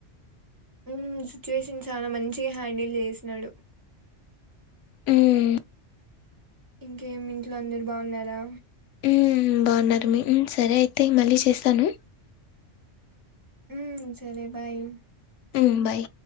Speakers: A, on the right; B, on the left.
A: హ్మ్ సిచ్యువేషన్ చాలా మంచి ఈ హ్యాండిల్ చేసినాడు.
B: హ్మ్
A: ఇంకేం ఇంట్లో అందరు బావున్నారా?
B: హ్మ్ బాగున్నారు. మీరు సరే అయితే మళ్ళీ చేస్తాను.
A: హ్మ్ సరే బాయ్.
B: ఉమ్ బాయ్